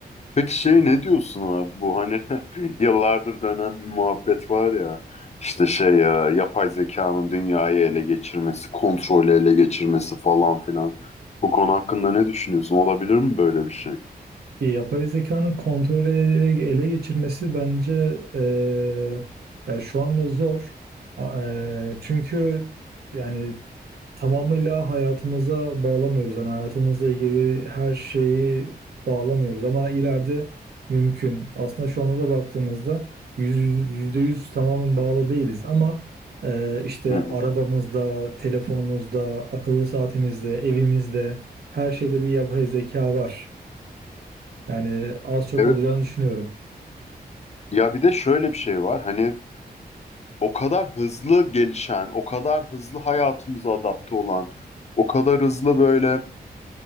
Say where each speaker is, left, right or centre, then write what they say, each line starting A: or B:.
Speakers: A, on the left; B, on the right.
A: Peki şey ne diyorsun abi bu hani <laughs> yıllardır dönen bir muhabbet var ya işte şey ya yapay zekanın dünyayı ele geçirmesi, kontrolü ele geçirmesi falan filan. Bu konu hakkında ne düşünüyorsun? Olabilir mi böyle bir şey?
B: Yapay zekanın kontrolü ele ele geçirmesi bence eee yani şu anda zor. A- eee, çünkü yani tamamıyla hayatımıza bağlamıyoruz. Yani hayatımızla ilgili her şeyi bağlamıyoruz ama ileride mümkün. Aslında şu anda da baktığımızda yüz- yüzde yüz tamamen bağlı değiliz ama e, işte
A: Hı hı.
B: arabamızda, telefonumuzda, akıllı saatimizde, evimizde her şeyde bir yapay zeka var. Yani az çok
A: Evet.
B: olacağını düşünüyorum.
A: Ya bir de şöyle bir şey var. Hani o kadar hızlı gelişen, o kadar hızlı hayatımıza adapte olan, o kadar hızlı böyle